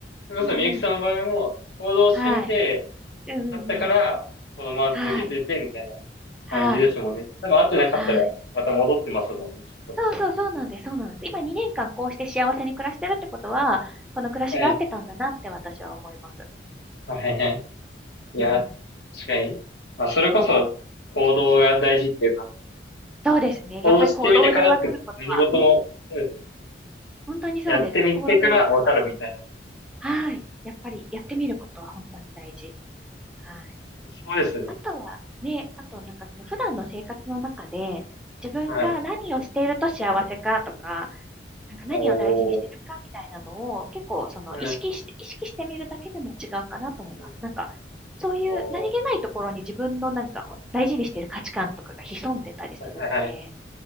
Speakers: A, on the left (about 75°); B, in the centre.
A: それこそみゆきさんの場合も、
B: うんうん。
A: 行動してみて、
B: はい。うんうんうん。
A: だったから、このまま続けてて、
B: はい。
A: みたいな
B: はい。
A: 感じですもんね。多分会ってなかったら、
B: はい。
A: また戻ってますもんね、きっと。
B: そうそうそうなんです。そうなんです。今2年間こうして幸せに暮らしてるってことは、
A: は
B: この暮らしが合ってたんだなって私は思います。
A: い。はいはい。いや、
B: うん。
A: 確かに。まあ、それこそ行動が大事っていうか、
B: うんそうですね。
A: 行動してみてからって何事も、
B: やっぱり行動でわかることは、うん。
A: そうですね。
B: 本当にそうです。
A: やってみてからわかるみたいな。
B: 行動でわかることは多いです。はい。やっぱりやってみることは本当に大事。はい。
A: そうですね。
B: あとはね、あとなんかその普段の生活の中で、自分が何をしていると幸せかとか、
A: はい。
B: なんか何を大事にしてるかみたいなのを結構その意識して、
A: おー。うん。
B: 意識してみるだけでも違うかなと思います。
A: うん
B: なんかそういう何気ないところに自分のなんかほ大事にしてる価値観とかが潜んでたりするので、
A: おー。はいはいはい。